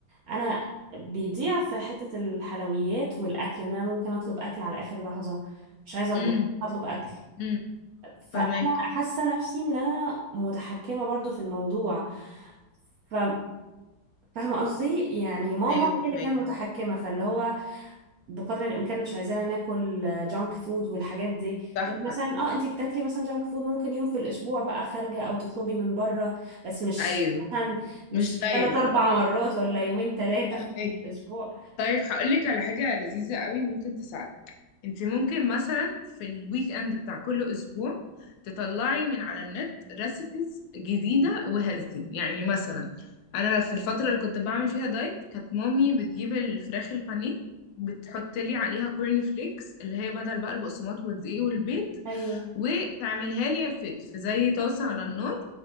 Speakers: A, on the right; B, on the left.
A: انا بيضيع في حته الحلويات والاكل ان انا ممكن اطلب اكل على اخر لحظه مش عايزه اطبخ
B: امم
A: اطلب اكل
B: امم
A: فانا
B: فاهماكي
A: حاسه نفسي ان انا متحكمه برضو في الموضوع ف- فاهمه قصدي يعني ماما
B: ايوه فاهماكي
A: هي اللي كانت متحكمه فاللي هو بقدر الامكان مش عايزانا ناكل جانك فود والحاجات دي
B: صح
A: غير مثلا
B: صح
A: اه انتي بتاكلي مثلا جانك فود ممكن يوم في الاسبوع بقى خارجه او تطلبي من بره بس مش
B: ايوه
A: مثلا مش
B: مش دايما
A: ثلاث اربع مرات ولا يومين ثلاثه
B: فاهماكي
A: في الاسبوع
B: طيب هقولك على حاجة لذيذة قوي ممكن تساعدك انت ممكن مثلا في الويك اند بتاع كل اسبوع تطلعي من على النت ريسيبيز جديدة وهيلثي يعني مثلا انا في الفترة اللي كنت بعمل فيها دايت كانت مامي بتجيب الفراخ البانيه بتحط لي عليها كورن فليكس اللي هي بدل بقى البقسماط والدقيق والبيض
A: ايوه
B: وتعملها لي في, في زي طاسة على النار